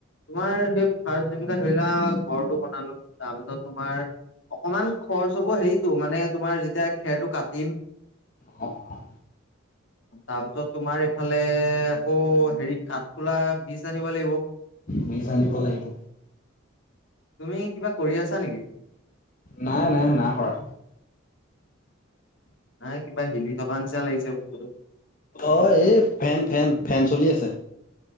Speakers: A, on the left; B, on the left.
A: তোমাৰ সেই <unintelligible> ধৰি লোৱা ঘৰটো বনালো, তাৰপিছত তোমাৰ অকমান খৰচ হ'ব হেৰিটো মানে তোমাৰ যেতিয়া খেৰটো কাটিম।
B: অ'
A: <unintelligible> তাৰপিছত তোমাৰ এইফালে আকৌ হেৰি কাঠফুলা বীজ আনিব লাগিব।
B: বীজ আনিব লাগিব।
A: তুমি কিবা কৰি আছা নেকি?
B: নাই নাই নাই কৰা।
A: নাই কিবা হিলি থকা নিচিনা লাগিছে বস্তুটো।
B: অ' এই ফেন-ফেন। ফেন চলি আছে।